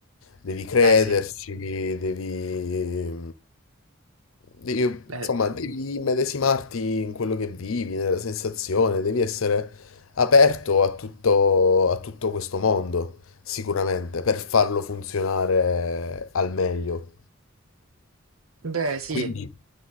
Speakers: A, on the left; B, on the right.
A: devi crederci,
B: Beh, sì.
A: devi, devi-
B: Beh,
A: insomma, devi immedesimarti in quello che vivi, nella sensazione, devi essere aperto a tutto, a tutto questo mondo, sicuramente, per farlo funzionare al meglio.
B: beh, sì.
A: Quindi